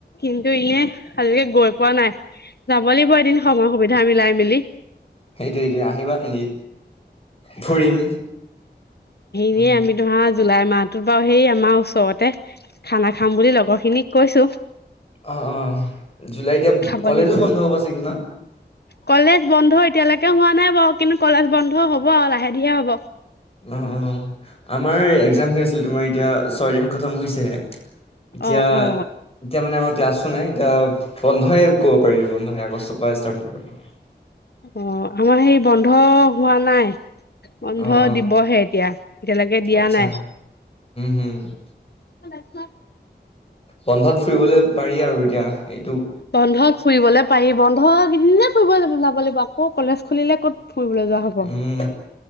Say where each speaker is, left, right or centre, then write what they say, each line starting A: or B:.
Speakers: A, on the left; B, on the left.
A: কিন্তু ইয়ে আজিকে গৈ পোৱা নাই। যাব লাগিব এদিন সময় সুবিধা মিলাই মেলি।
B: সেইটো সেইটো, আহিবা এনি ফুৰিম।
A: এনে
B: উম
A: আমি ধৰা জুলাই মাহটোত বাৰু সেই আমাৰ ওচৰতে খানা খাম বুলি লগৰ খিনিক কৈছো
B: অহ, অহ। জুলাই এতিয়া
A: খাব
B: কলেজো
A: লাগিব
B: বন্ধ হ'ব চাগে ন?
A: কলেজ বন্ধ এতিয়ালৈকে হোৱা নাই বাৰু কিন্তু কলেজ বন্ধ হ'ব আৰু, লাহে ধিহে হ'ব।
B: অহ, অহ। আমাৰ
A: এতিয়া
B: এক্জাম হৈ আছিলে, তোমাৰ এতিয়া ছয় তাৰিখে থতম হৈছেহে। এতিয়া-এতিয়া
A: অ অ
B: মানে আমাৰ ক্লাছো নাই এতিয়া বন্ধইে কব পাৰি বন্ধই আগষ্টৰ পৰা ষ্টাৰ্ট হব
A: অহ, আমাৰ সেই বন্ধ হোৱা নাই। বন্ধ
B: অ অ
A: দিবহে এতিয়া এতিয়ালৈকে দিয়া
B: আচ্ছা
A: নাই
B: হম উম
A: ক'ত আছা?
B: বন্ধত ফুৰিবলৈ পাৰি আৰু এতিয়া এইটো
A: বন্ধত ফুৰিবলে পাৰি বন্ধ এদনে ফুৰিব যাব লাগিব আকৌ কলেজ খুলিলে ক'ত ফুৰিবলৈ যোৱা হ'ব
B: উম